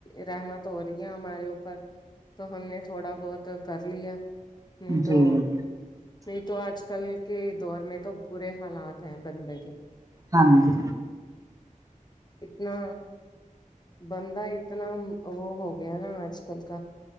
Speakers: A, on the left; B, on the right.
A: رحمت ہو رہی ہے ہمارے اوپر تو ہم نے تھوڑا بہت کر لیا
B: جی
A: نہیں تو
B: جی
A: نہیں تو آج کل کے دور میں تو برے حالات ہیں بنے کے
B: ہاں جی
A: اتنا بندہ اتنا وہ ہو گیا نا آج کل کا